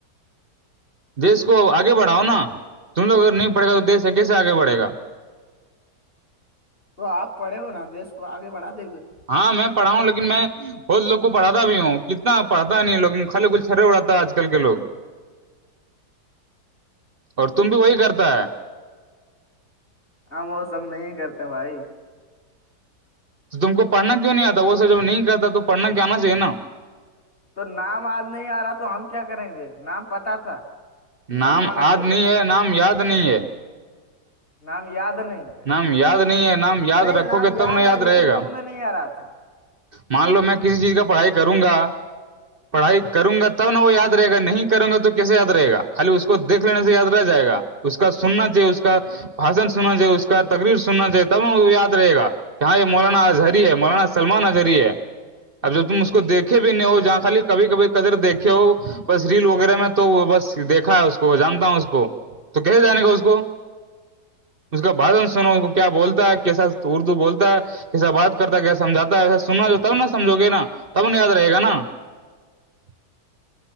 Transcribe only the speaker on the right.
دیس کو آگے بڑھاؤ نا تم لوگ اگر ن پڑےا تو دیش آگے سے آگے بھےا
ہاں میں پڑا ہوں لن میں بہت لوگ کو پڑاتا بھی ہوں کتنا پڑھتا نہیں لوگ خالی کل چھرے اڑاتا ہے آج کل کے لوگ اور تم بھی وہی کرتا ہے
تو تم کو پڑنا کیوں نہیں آتا وہ سب جب نہیں کرتا تو پڑھنا کی آنا چاہے نا
نام
آج نہیں ہے نام یاد نہیں ہے
نام یاد نہیں ہے نام یاد
رکھو
گے تب ن
یاد
رہے گا
مان لو میں کسی چیز کا پڑھائی کروں گا پڑھائی کروں گا تب ن وہ یاد رہے گا نہیں کریں گا تو کیسے یاد رہے گا خالی اس کو دھ لینے سے یاد رہ جائے گا اس کا سننا چاہیے اس کا بھشن سننا چاہیے اس کا تقریر سننا چاہیے تب وہ یاد رہے گا یہاں یہ مولانا اظہری ہے مولانا سلمان اظہری ہے اب جب تم اس کو دیکھے بھی نہیں ہو جہاں خالی کبھی کبھی کدر دیکھے ہو بس ریل وغیرہ میں تو وہ بس دیکھا ہے اس کو جانتا ہوں اس کو تو کیے جان گا اس کو اس کا بھاجن سناو اس کو کیا بولتا ہے کیسا اردو بولتا ہے کیسا بات کرتا ہے کیس سمجھاتا ہے وسا سننا تب نہا سمجو گے نا تب ن یاد رہ گا نا <unintelligible>